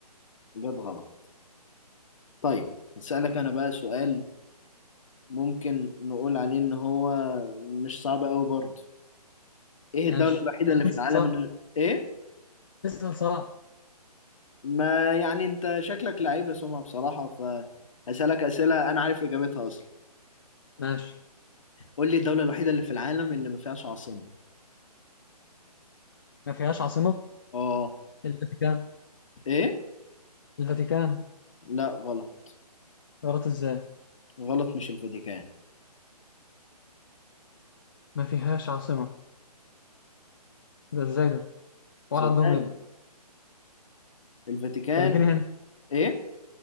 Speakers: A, on the left; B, on the left.
A: جت غلط طيب هسألك انا بقى سؤال ممكن نقول عليه ان هو مش صعب قوي برضه ايه
B: ماشي
A: الدولة الوحيدة
B: يعني
A: اللي في
B: اسال
A: العالم
B: صعب
A: من غير ايه
B: اسال صعب
A: ما يعني انت شكلك لعيب يا سمعة بصراحة فهسألك أسئلة انا عارف اجابتها اصلا
B: ماشي
A: قول لي الدولة الوحيدة اللي في العالم اللي ما فيهاش عاصمة
B: ما فيهاش عاصمة
A: اه
B: الفاتيكان
A: ايه
B: الفاتيكان
A: لا غلط
B: غلط ازاي
A: غلط مش الفاتيكان
B: ما فيهاش عاصمة ده ازاي ده ولا
A: صدقني
B: عندهم ايه
A: الفاتيكان
B: طب اديني هنت
A: ايه